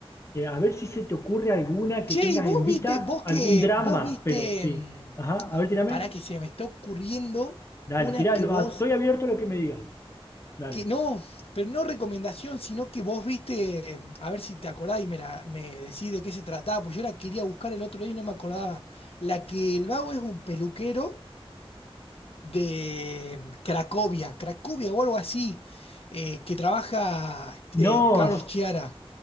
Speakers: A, on the left; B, on the left.
A: Eh, a ver si se te ocurre alguna
B: Che,
A: que tengas
B: ¿y vos
A: en vista,
B: viste, vos
A: algún
B: que,
A: drama,
B: vos viste...
A: pero sí.
B: mm,
A: Ajá, a ver, tírame.
B: Para que se me está ocurriendo
A: Dale,
B: una
A: tirá.
B: que
A: lo-
B: vos,
A: ah, Estoy abierto a lo que me digas. Dale.
B: que no, pero no recomendación, sino que vos viste, eh, a ver si te acordás y me, la, me decís de qué se trataba, pues yo la quería buscar el otro día y no me acordaba. La que el vago es un peluquero de Cracovia, Cracovia o algo así, eh, que trabaja
A: No,
B: eh, Carlos Chiara.